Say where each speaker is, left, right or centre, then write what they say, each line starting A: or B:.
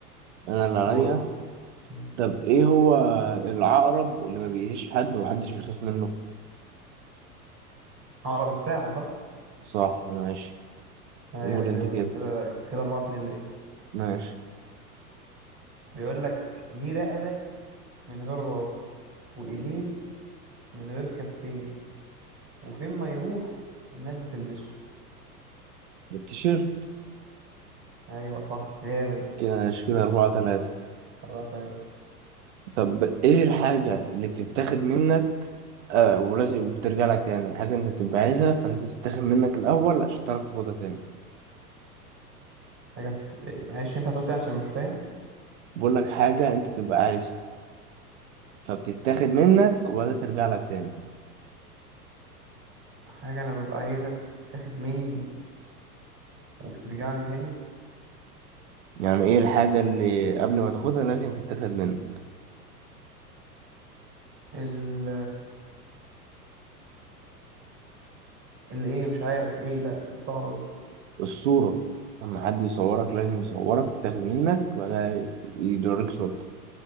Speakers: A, on the right; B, on the right.
A: أنا اللي عليا
B: دورك مم.
A: طب ايه هو العقرب اللي ما بيأذيش حد ومحدش بيخاف منه
B: هقرب الساعه صح
A: صح ماشي
B: ايوه
A: قول
B: حلوه
A: انت كده
B: دي كده كده 4 2 ليه
A: ماشي
B: بيقول لك ليه رقبه من غير راس وايدين من غير كفين وفين ما يروح الناس بتلبسه
A: بتشير
B: ايوه صح جامد
A: كده ماشي كده أربعة تلاتة
B: أربعة تلاتة
A: طب ايه الحاجة اللي بتتاخد منك آه ولازم وبترجع لك تاني حاجة انت بتبقى عايزها فلازم تتاخد منك الأول عشان تعرف تاخدها تاني
B: حاجة بت... معلش ينفع تقول تاني عشان مش فاهم
A: بقول لك حاجة انت تبقى عايزها فبتتاخد منك ولا ترجع لك تاني
B: حاجة أنا ببقى عايزها فبتتاخد مني وبترجع لي تاني
A: يعني ايه الحاجة اللي قبل ما تاخدها لازم تتاخد منك
B: ال اللي إيه مش عارف إيه لأ صعبة دي
A: الصورة لما حد يصورك لازم يصورك تتاخد منك وبعدها يدوريك صورتك